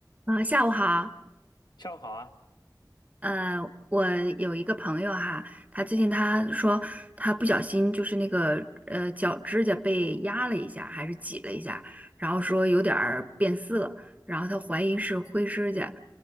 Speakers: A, on the right; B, on the left.
A: 啊，下午好。
B: 下午好啊，
A: 呃，我有一个朋友哈，他最近他说他不小心就是那个呃脚指甲被压了一下，还是挤了一下，然后说有点儿变色，然后他怀疑是灰指甲。